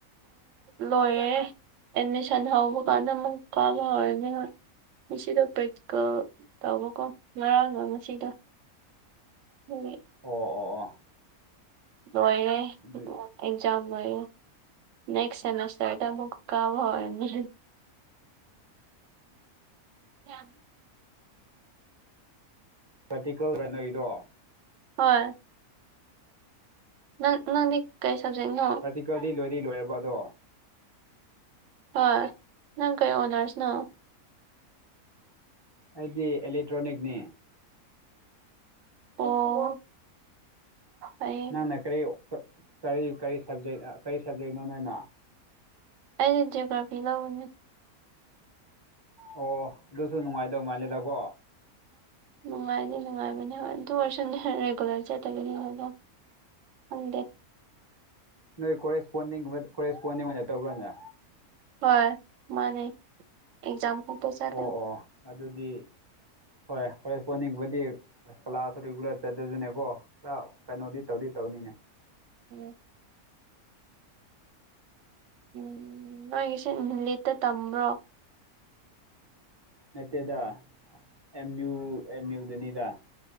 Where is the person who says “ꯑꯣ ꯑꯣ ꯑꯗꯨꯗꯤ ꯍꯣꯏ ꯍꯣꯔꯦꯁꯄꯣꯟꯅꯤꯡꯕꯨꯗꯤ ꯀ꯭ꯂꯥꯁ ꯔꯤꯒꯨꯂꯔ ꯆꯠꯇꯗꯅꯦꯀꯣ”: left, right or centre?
Right